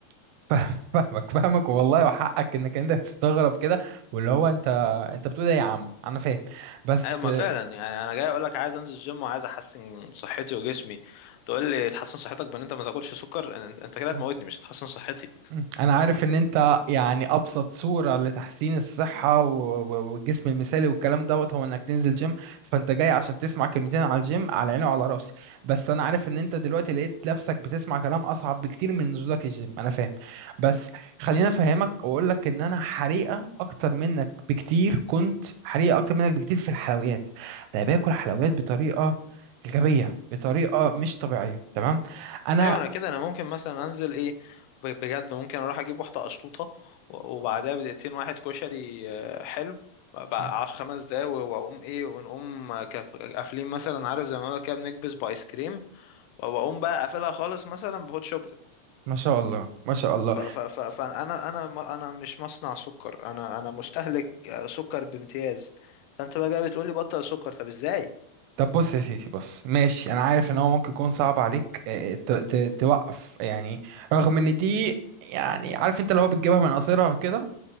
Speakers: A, on the right (about 85°); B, on the left (about 85°).
A: <laughs> فاهم- فاهمك فاهمك والله وحقك انك انت تستغرب كده واللي هو انت انت بتقول ايه يا عم انا فاهم بس
B: أيوة ما فعلا يعني أنا جاي أقول لك عايز أنزل الجيم وعايز أحسن صحتي وجسمي تقول لي تحسن صحتك بإن أنت ما تاكلش سكر أنت أنت كده
A: مم.
B: هتموتني مش هتحسن صحتي
A: مم. انا عارف ان انت يعني ابسط صورة لتحسين الصحة و- و- والجسم المثالي والكلام دوت هو انك تنزل جيم فانت جاي عشان تسمع كلمتين على الجيم على عيني وعلى راسي بس انا عارف ان انت دلوقتي لقيت نفسك بتسمع كلام اصعب بكتير من نزولك الجيم انا فاهم بس خليني افهمك واقول لك ان انا حريقة اكتر منك بكتير كنت حريقة اكتر منك بكتير في الحلويات انا باكل حلويات بطريقة غبية بطريقة مش طبيعية تمام انا
B: ايوه انا كده انا ممكن مثلا انزل ايه ب- بجد ممكن اروح اجيب واحده قشطوطه و- وبعدها بدقيقتين واحد كشري آه، حلو بقى
A: مم.
B: عشر خمس دقايق و- واقوم ايه ونقوم آه، ك- قافلين مثلا عارف زي ما بقول كده بنكبس بايس كريم و- واقوم بقى قافلها خالص مثلا بهوت شوكليت
A: ما شاء الله ما شاء الله
B: ف- ف- ف- فانا انا م- انا مش مصنع سكر انا انا مستهلك آه، سكر بامتياز فانت بقى جاي بتقول لي بطل سكر طب ازاي
A: طب بص يا سيدي بص ماشي انا عارف ان هو ممكن يكون صعب عليك آه، ت- ت- توقف يعني رغم ان دي يعني عارف انت اللي هو بتجيبها من قصيرها كده